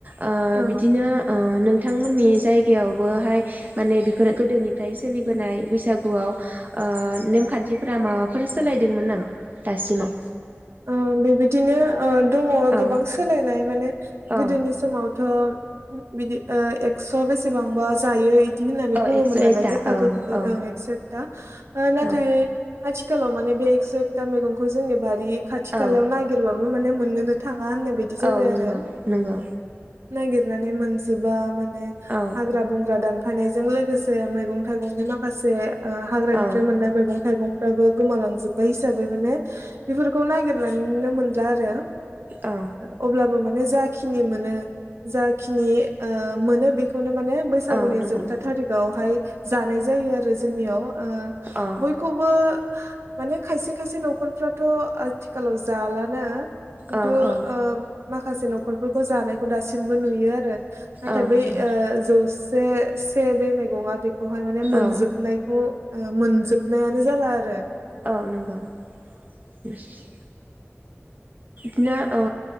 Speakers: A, on the right; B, on the right.
A: ओ
B: औ
A: बिदिनो ओ नोंथांमोननि जायगायावबोहाय माने बिफोरो गोदोनिफ्राय सोलिबोनाय बैसागुआव ओ नेमखान्थिफोरा माबाफोर सोलायदोंमोन नामा दासिमाव?
B: ओ बेबायदिनो ओ दङ'
A: औ
B: गोबां सोलायनाय माने
A: औ
B: गोदोनि समाव थ' बिदि ओ एक्स' बेसेबांबा जायो बिदि होननानै
A: औ
B: बुङोमोन
A: एक्स'
B: नालाय
A: एकथा
B: गोखा
A: औ
B: गोखैखौ
A: औ
B: ओं एक्स' एकटा ओ नाथाय
A: औ
B: आथिखालाव माने बे एक्स' दा मैगंखौ जोंनि बारि खाथि खालायाव
A: औ
B: नागिरबाबो माने मोननोनो थाङा होननाय बायदि जाबाय
A: औ नंगौ
B: आरो
A: नंगौ
B: नागिरनानै मोन जोबा माने
A: औ
B: हाग्रा बंग्रा दान फायनायजों लोगोसे मैगं थाइगंनि माखासे ओ हाग्रानिफ्राय
A: औ
B: मोननाय मैगं थाइगंफ्राबो गोमालांजोब्बाय हिसाबै माने बेफोर नागेरनानैनो मोनला आरो
A: औ
B: ओ अब्ला बो जाखिनि मोनो जाखिनि ओ मोनो बेखौनो माने बैसागुनि
A: औ नंगौ
B: जोबथा थारिखावहाय जानाय जायो आरो जोंनियाव ओ
A: औ
B: बयखौबो माने खायसे खायसे नखरफ्राथ आथिखालाव जालाना खिनथु
A: औ औ
B: ओ माखासे नखरफोरखौ जानाय खौ दासिमबो नुयो आरो नाथाय
A: औ
B: बै
A: नंगौ
B: ओ जौ से बे मैगंङा बे खौहाय माने मोनजोबनायखौ
A: औ
B: ओ मोनजोबनायानो जाला आरो
A: औ नंगौ <inaudible> बिदिनो ओ